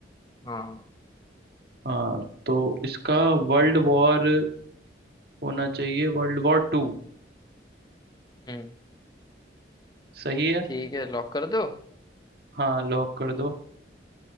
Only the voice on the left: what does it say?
हाँ
हम्म
ठीक है लॉक कर दो